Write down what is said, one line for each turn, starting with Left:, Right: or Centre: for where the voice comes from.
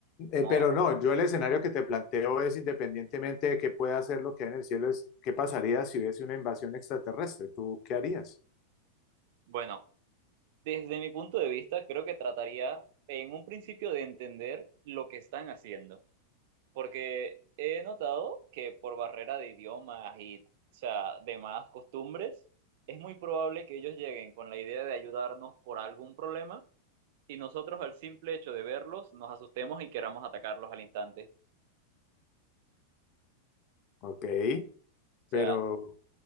Left: Eh,
Right: ¿no?
Left: pero no, yo el escenario que te planteo es independientemente de que pueda hacer lo que hay en el cielo, es qué pasaría si hubiese una invasión extraterrestre. ¿Tú qué harías?
Right: Bueno, desde mi punto de vista, creo que trataría en un principio de entender lo que están haciendo, porque he notado que por barrera de idiomas y, o sea, demás costumbres, es muy probable que ellos lleguen con la idea de ayudarnos por algún problema. Y nosotros al simple hecho de verlos nos asustemos y queramos atacarlos al instante.
Left: Ok,
Right: O
Left: pero,
Right: sea,